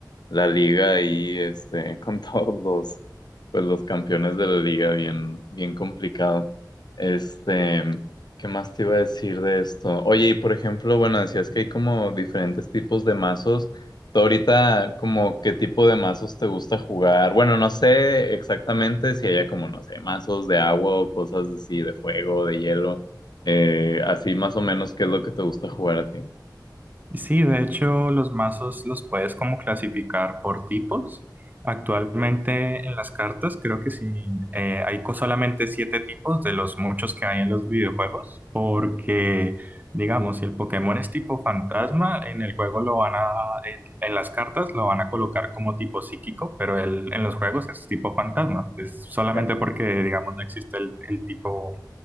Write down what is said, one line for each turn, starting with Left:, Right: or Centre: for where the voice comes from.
Left: la liga ahí, este, con <laughs> todos los, pues los campeones de la liga, bien, bien complicado. Este, ¿qué más te iba a decir de esto? Oye, y por ejemplo, bueno, decías que hay como diferentes tipos de mazos. ¿Tú ahorita como qué tipo de mazos te gusta jugar? Bueno, no sé exactamente si haya como, no sé, mazos de agua o cosas así, de fuego, de hielo. Eh, así más o menos, ¿qué es lo que te gusta jugar a ti?
Right: Sí, de hecho, los mazos los puedes como clasificar por tipos. Actualmente en las cartas creo que sí, eh, hay co- solamente siete tipos de los muchos que hay en los videojuegos, porque digamos, si el Pokémon es tipo fantasma, en el juego lo van a, en, en las cartas lo van a colocar como tipo psíquico, pero el- en los juegos es tipo fantasma. Es solamente
Left: Ya.
Right: porque, digamos, no existe el el tipo